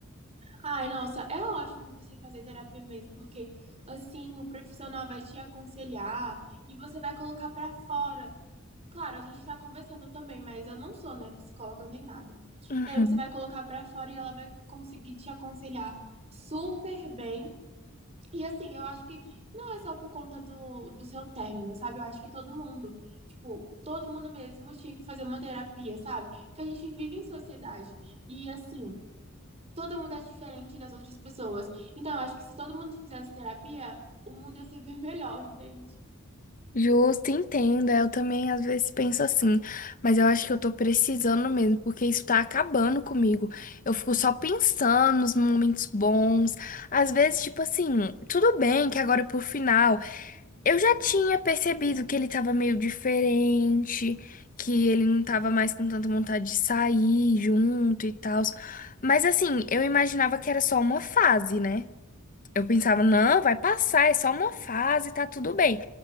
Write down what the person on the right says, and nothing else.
Ai, nossa, é ótimo você fazer terapia mesmo, porque assim o profissional vai te aconselhar e você vai colocar pra fora. Claro, a gente tá conversando também, mas eu não sou, né, psicóloga nem nada.
E aí você vai colocar pra fora e ela vai conseguir te aconselhar super bem E assim, eu acho que não é só por conta do, do seu término, sabe? Eu acho que todo mundo, tipo, todo mundo mesmo tinha que fazer uma terapia, sabe? Porque a gente vive em sociedade. E assim, todo mundo é diferente das outras pessoas. Então, eu acho que se todo mundo fizesse terapia, o mundo ia ser bem <laughs> melhor, entende?